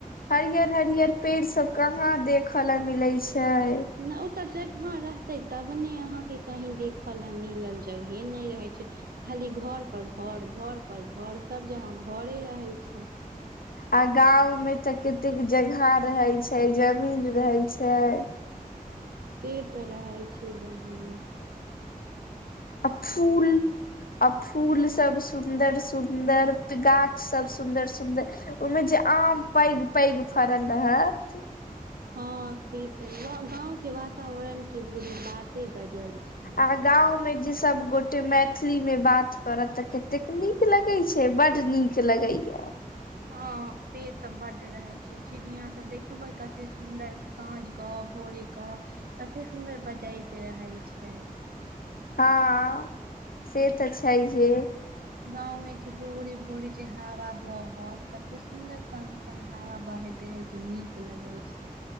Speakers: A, on the left (about 70°); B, on the right (about 80°).
A: हरियर-हरियर पेड़ सब कहाँ देखे ल मिले छैय।
B: ने ओते जगह रहते तब ने अहाँ के कही देखय ल मिला, जगहे नहि रहे छैय। खाली घर पर घर- घर पर घर सब जगह घरे रहे छैय।
A: आ गांव में तऽ कतेक जगह रहे छैय जमीन रहे छैय।
B: से तऽ रहै छैय बहीन
A: आ फूल अ फूल सब सुन्दर- सुदर, गाछ सब सुंदर- सुदर ओहिमे जे आम पैघ-पैघ फड़ल रहत।
B: हँ से त गाँंवके वातावरण के बाते गजब। छै
A: आ गाँंवमे जे सब गोटे मैथिलीमे बात करऽ तऽ कतेक नीक लगे छैय बड नीक लगैया।
B: ह से तऽ बड रहय छैय। चिड़िया सब देखबे कते सुंदर साँझ के भोरे के कते सुदर बजैत रहय छैय।
A: हँ से तऽ छैय जे
B: गांव मे छै जे भोरे-भोरे जे हवा बहत कते सुंदर सं सन हवा बहैत रहे छैय नीक लगे छैय।